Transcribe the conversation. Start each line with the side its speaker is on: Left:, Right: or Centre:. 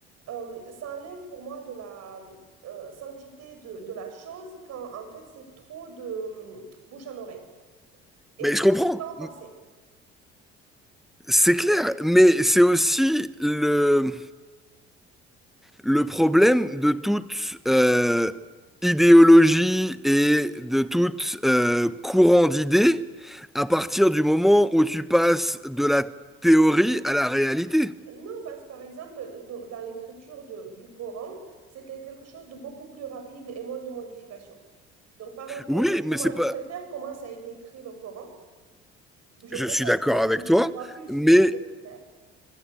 Right: euh, ça enlève pour moi de la euh, sanctité de, de la chose quand, en fait, c'est trop de euh, bouche en oreille et
Centre: Mais je
Right: trop
Centre: comprends.
Right: de temps passé.
Centre: C'est clair. Mais c'est aussi le, le problème de toute euh, idéologie et de tout euh, courant d'idées à partir du moment où tu passes de la théorie à la réalité.
Right: Non, parce que par exemple, dans, dans l'écriture de- du Coran, c'était quelque chose de beaucoup plus rapide et moins de modifications. Donc, par le principe,
Centre: Oui, mais
Right: moi,
Centre: c'est
Right: je
Centre: pas...
Right: préfère comment ça a été écrit le Coran Je
Centre: Je
Right: préfère,
Centre: suis d'accord
Right: je n'ai pas dit
Centre: avec
Right: que j'y
Centre: toi.
Right: crois plus,
Centre: Mais
Right: mais je préfère.